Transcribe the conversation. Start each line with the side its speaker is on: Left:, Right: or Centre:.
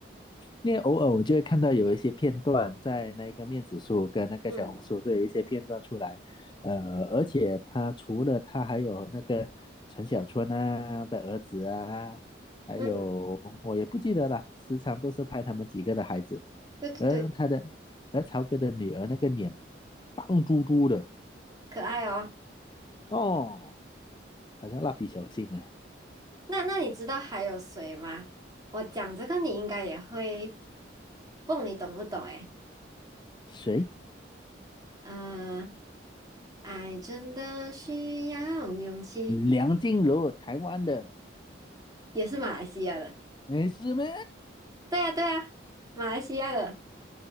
Left: 因为偶尔我就会看到有一些片段在那个面子书跟那个小红书都有一些片段出来，
Right: 嗯
Left: 呃，而且他除了他还有那个陈小春啊的儿子啊，还有我也不记得了，
Right: 嗯，
Left: 时常都是拍他们几个的孩子，
Right: 对对对，
Left: 而他的而曹哥的女儿那个脸胖嘟嘟的
Right: 可爱哦。
Left: 哦，好像蜡笔小新啊，
Right: 那那你知道还有谁吗？我讲这个你应该也会，不，你懂不懂？诶。
Left: 谁？
Right: 呃，爱真的需要勇气，
Left: 梁静茹，台湾的，
Right: 也是马来西亚的。
Left: 没事吗？
Right: 对呀，对呀，马来西亚的。